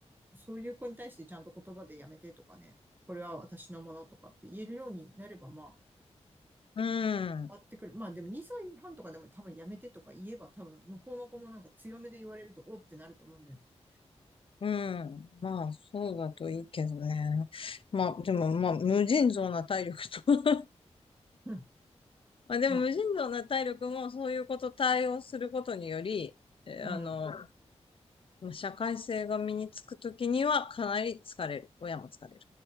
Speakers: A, on the right; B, on the left.
A: そういう子に対してちゃんと言葉でやめてとかね、これは私のものとかって言えるようになればま
B: うん。
A: あ、あってくる。まあでも2歳半とかでも多分やめてとか言えば多分向こうの子もなんか強めで言われるとおってなると思うんだよね。
B: うん。まあ、そうだといいけどね。まあ、でも、まあ、無尽蔵な体力と <laughs>
A: うん。
B: まあ、でも、
A: まあ、
B: 無尽蔵な体力も、そういうこと対応することにより、えあの、
A: うん。
B: まあ社会性が身につくときには、かなり疲れる。親も疲れる